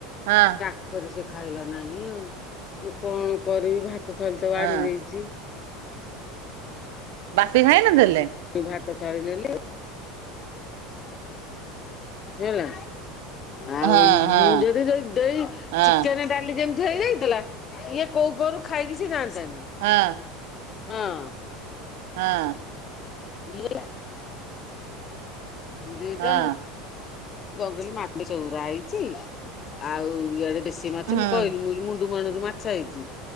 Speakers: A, on the right; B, on the left.
A: ହଁ
B: ତାପରେ ସେ ଖାଇଲା ନାହିଁ ଆଉ ମୁଁ କଣ କରିବି ଭାତ ଥାଳି ତ ବାଢି
A: ହଁ।
B: ଦେଇଚି
A: ବାପି ଖାଇନଥିଲେ?
B: ମୁ ଭାତ ଥାଳି ନେଲି ହେଲା ଆଉ
A: ହଁ ହଁ
B: ମୁଁ ଯଦି ଦେ ଦେଇ
A: ହଁ
B: ଚିକେନ୍ ଡାଲି ଯେମିତି ହେଇଯାଇଥିଲା ଇଏ କୋଉପଅରୁ ଖାଇକି ସେ ଯାଆନ୍ତାନି।
A: ହଁ।
B: ହଁ।
A: ହଁ।
B: <unintelligible> ଦୁଇଟା
A: ହଁ
B: ମୁ ବଗଲି ମାଟି ଚଉରା ହେଇଛି ଆଉ ଇଆଡେ ଦେଶ ଦେଶୀ ମାଛ
A: ହୁଁ
B: ମୁଁ କହିଲି ମୁଁ କଇଲି ମୁଣ୍ଡୁ ମୁହାଣଣ୍ଡରୁ ମାଛ ହେଇଛି।